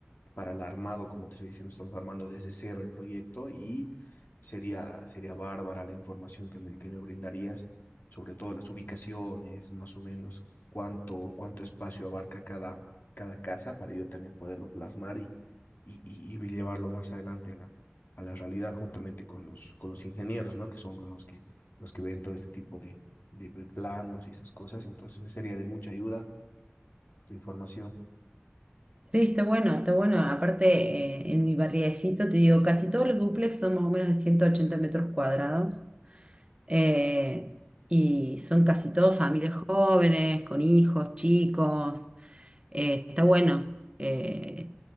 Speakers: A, on the left; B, on the right.
A: para el armado, como te estoy diciendo, estamos armando desde cero el proyecto y sería, sería bárbara la información que me, que me brindarías, sobre todo las ubicaciones, más o menos cuánto, cuánto espacio abarca cada, cada casa para yo también poderlo plasmar y, y, y, y llevarlo más adelante a la, a la realidad juntamente con los, con los ingenieros, ¿no? Que son los que, los que ven todo este tipo de, de, de planos y esas cosas. Entonces me sería de mucha ayuda tu información,
B: Sí, está bueno, está bueno. Aparte, eh, en mi barriecito, te digo, casi todos los dúplex son más o menos de 180 metros cuadrados. Eh, y son casi todos familias jóvenes, con hijos, chicos. Eh, está bueno. Eh,